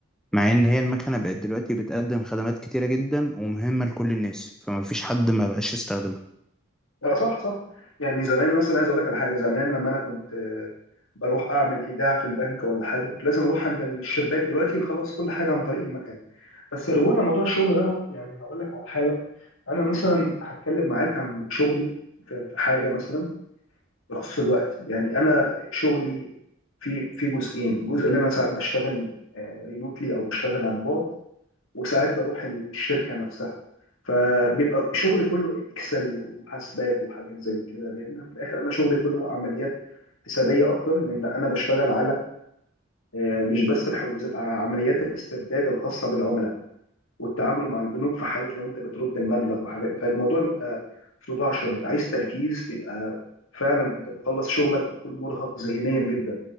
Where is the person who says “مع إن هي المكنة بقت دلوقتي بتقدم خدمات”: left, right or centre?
Centre